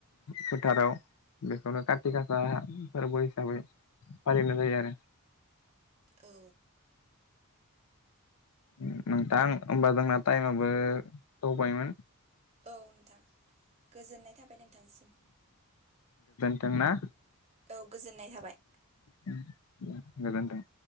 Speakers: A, on the left; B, on the right.
A: फोथाराव बेखौनो कारति गासा फोरबो हिसाबै फालिनाय जायो आरो
B: औ
A: उम नोंथां होमबा जोंना टाइम आबो सौबायमोन
B: औ नोंथां गोजोननाय थाबाय नोंथांसिम
A: दोंना
B: औ गोजोननाय थाबाय
A: उम गोजोनथों